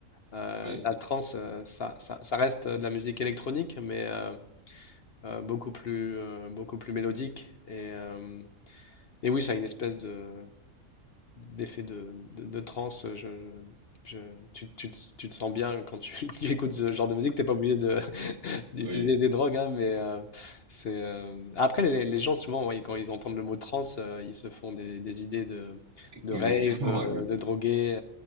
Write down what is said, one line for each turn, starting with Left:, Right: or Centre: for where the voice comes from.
Left: Euh,
Right: oui,
Left: la trance, euh, ça, ça- ça reste de la musique électronique, mais euh, euh, beaucoup plus, euh, beaucoup plus mélodique. Et, euh, et oui, ça a une espèce de, d'effet de, de, de transe. Je, je- tu, tu te tu te sens bien quand tu, <laughs> tu écoutes ce genre de musique. T'es pas obligé de, <laughs> d'utiliser
Right: oui,
Left: des drogues, hein, mais euh, c'est. euh, Après, les, les gens, souvent, oui, quand ils entendent le mot trance, euh, ils se font des, des idées de,
Right: exactement.
Left: de rave, euh,
Right: <laughs>
Left: de drogués